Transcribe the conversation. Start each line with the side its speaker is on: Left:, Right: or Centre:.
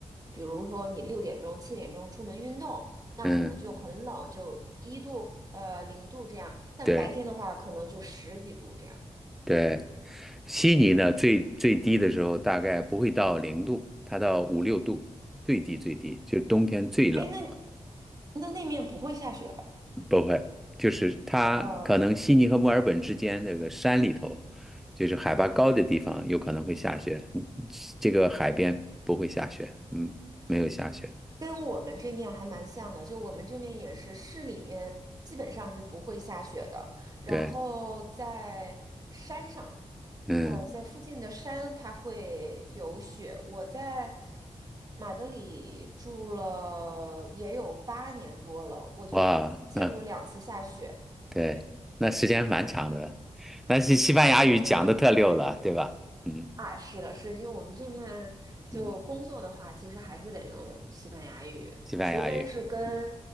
Right: 比如说你六点钟、七点钟出门运动，那可能就很冷，
Centre: 嗯
Right: 就一度、呃零度这样。但白天的话，
Centre: 对
Right: 可能就十几度这样。
Centre: 对。悉尼呢，最最低的时候大概不会到零度，它到五六度，最低最低，就是冬天最冷。
Right: 哎，那那那面不会下雪吧？
Centre: 不会，就是它可能悉尼和墨尔本之间那个山里头，
Right: 哦，
Centre: 就是海拔高的地方有可能会下雪，嗯这个海边不会下雪，嗯，没有下雪，
Right: 跟我们这面还蛮像的，就我们这面也是市里面基本上是不会下雪的，然后在山上，
Centre: 对，嗯，
Right: 呃，在附近的山它会有雪。我在马德里住了也有八年多了，我就见过两次下雪。
Centre: 哇，那对，
Right: 对，
Centre: 那时间蛮长的，那是西班牙语讲的特溜了，
Right: 嗯，对。
Centre: 对吧？嗯
Right: 啊，是的，是因为我们这面就工作的话，
Centre: 嗯，
Right: 其实还是得用西班牙语，
Centre: 西班牙语，
Right: 除非是跟，
Centre: 嗯，